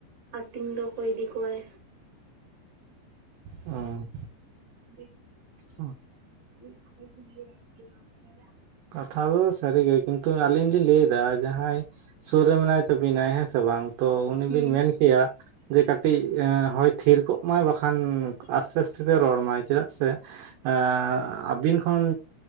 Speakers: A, on the right (about 45°); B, on the right (about 75°).
A: ᱟᱛᱤᱧ ᱫᱚ ᱚᱠᱚᱭ ᱤᱫᱤ ᱠᱚᱣᱟᱭ?
B: ᱦᱩᱸ
A: ᱯᱤᱠ
B: ᱦᱩᱸᱱ
A: <unintelligible>
B: ᱠᱟᱛᱷᱟ ᱫᱚ ᱥᱟᱨᱤ ᱜᱮ ᱠᱤᱱᱛᱩ ᱟᱹᱞᱤᱧ ᱞᱤᱧ ᱞᱟᱹᱭ ᱫᱟ ᱡᱟᱦᱟᱸᱭ ᱥᱳᱨ ᱨᱮ ᱢᱮᱱᱟᱭ ᱛᱟᱵᱤᱱᱟᱭ ᱦᱮᱸ ᱥᱮ ᱵᱟᱝ? ᱛᱚ ᱩᱱᱤ
A: ᱦᱩᱸ
B: ᱵᱤᱱ ᱢᱮᱱ ᱠᱮᱭᱟ ᱡᱮ ᱠᱟᱴᱤᱡ ᱦᱚᱭ ᱛᱷᱤᱨ ᱠᱚᱜ, ᱢᱟᱭ ᱵᱟᱠᱷᱟᱱ ᱟᱥᱛᱮ ᱟᱥᱛᱮ ᱛᱮᱭ ᱨᱚᱲ ᱢᱟᱭ ᱪᱮᱫᱟᱜ ᱥᱮ ᱮᱸ ᱟᱵᱤᱱ ᱦᱩᱸ